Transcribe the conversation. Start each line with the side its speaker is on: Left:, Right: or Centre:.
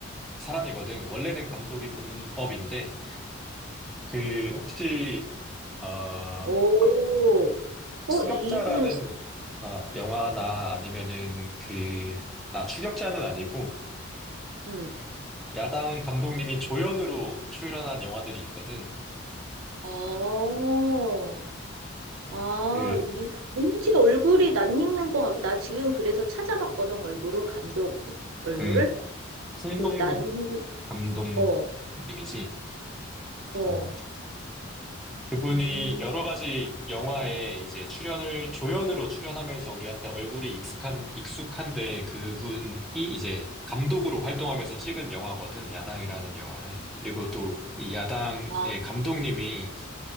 Centre: 사람이거든. 원래는 감독이 본업인데, 그, 혹시, 어,
Right: 오,
Centre: 추격자라는,
Right: 어, 이분,
Centre: 어, 영화나 아니면은 그, 아, 추격자는 아니고,
Right: 음,
Centre: 야당 감독님이 조연으로 출연한 영화들이 있거든.
Right: 어, 아,
Centre: 그,
Right: 이, 왠지 얼굴이 낯익는 거 같아. 나 지금 그래서 찾아봤거든, 얼굴은, 감독 얼굴을.
Centre: 음, 송병국
Right: 난,
Centre: 감독님이지.
Right: 어, 어,
Centre: 그래서 그분이
Right: 음,
Centre: 여러 가지 영화에 이제 출연을, 조연으로 출연하면서 우리한테 얼굴이 익숙한, 익숙한데 그분이 이제 감독으로 활동하면서 찍은 영화거든, 야당이라는 영화는. 그리고 또 이 야당의
Right: 아.
Centre: 감독님이